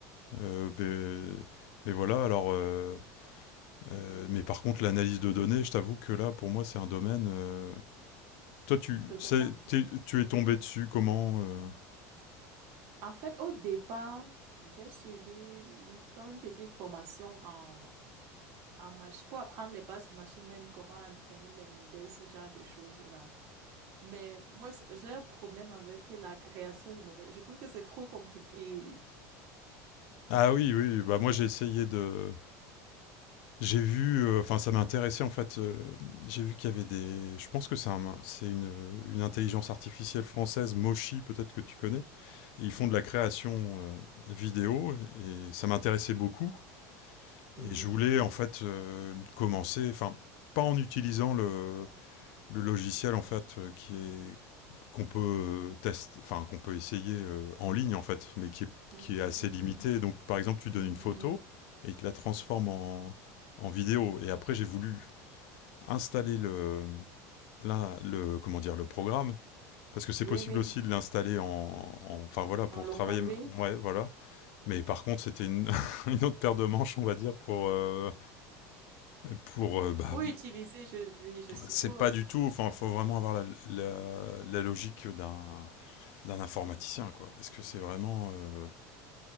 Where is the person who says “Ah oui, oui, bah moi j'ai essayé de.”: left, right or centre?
Left